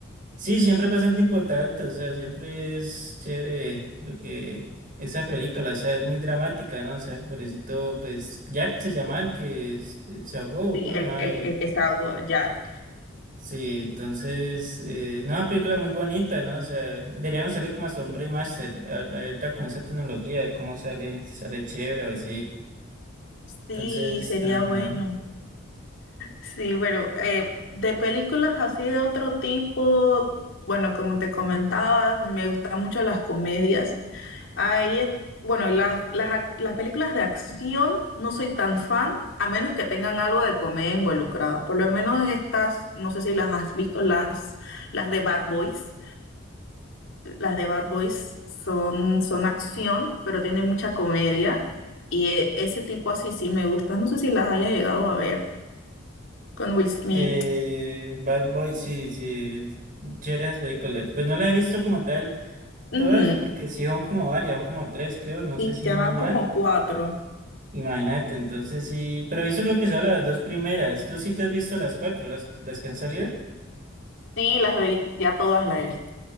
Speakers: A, on the right (about 45°); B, on the left (about 65°).
A: sí, siempre es bastante importante, o sea, siempre es chévere lo que esa película, o sea, es muy dramática, ¿no? O sea, por eso, pues, Jack se llama el que es- eh, se ahogó,
B: Sí,
A: ¿cómo
B: el,
A: se llamaba
B: el,
A: él?
B: el que es algo Jack.
A: Sí, entonces, eh, no, una película muy bonita, ¿no? O sea, deberían salir como hasta un remaster, a- ahorita con esa tecnología, a ver cómo sale, si sale chévere o así.
B: Sí,
A: Entonces,
B: sería
A: ajá.
B: bueno. Sí, bueno, eh, de películas así de otro tipo, bueno, como te comentaba, me gustan mucho las comedias. Ahí es, bueno, y las, las, ac- las películas de acción no soy tan fan, a menos que tengan algo de comedia involucrada. Por lo menos estas, no sé si las has visto, las, las de Bad Boys. Las de Bad Boys son, son acción, pero tienen mucha comedia. Y eh, ese tipo así sí me gusta. No sé si las hayas llegado a ver con Will Smith.
A: Eh, Bad Boy, sí, sí, chévere esas películas. Pues no la he visto como tal
B: Ujú,
A: todas, porque sí son como varias, son como tres, creo, no
B: Sí,
A: sé si
B: ya
A: son
B: van
A: más.
B: como cuatro.
A: Imagínate, entonces sí, pero he visto creo que son las dos primeras. ¿Tú sí te has visto las cuatro, las, las que han salido?
B: Sí, las vi, ya todas las he visto.